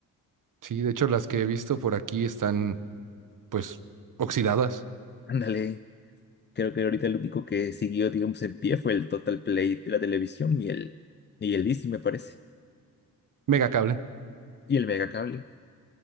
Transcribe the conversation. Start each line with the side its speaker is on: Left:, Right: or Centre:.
Right: Sí, de hecho, las que he visto por aquí están, pues, oxidadas.
Left: Ándale, creo que ahorita el único que siguió, digamos, en pie fue el Total Play de la televisión y el, y el Easy, me parece,
Right: Mega cable.
Left: y el Megacable.